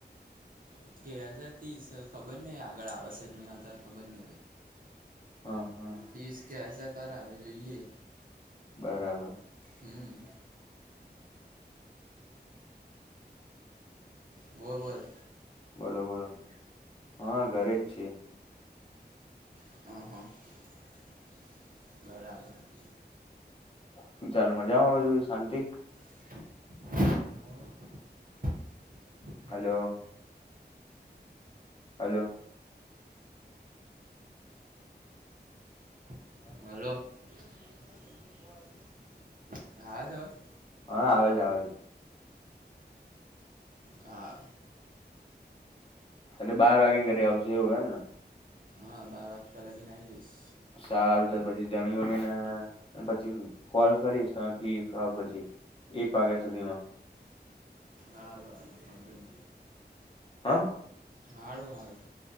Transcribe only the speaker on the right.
દઈશ કે ખબર નહ આગળ આવશ્યક નહી હોતા ખબર નહ
પીસ કસસા કરાવે જોઈએ
હમ બરોબર
હ હ બરાબર
હા
હલો હ છેવાજ
હ આ
હા બાર હપ્તા લગીને આ આવી જઈશ
હાર હાર વાંધન
હારું હારું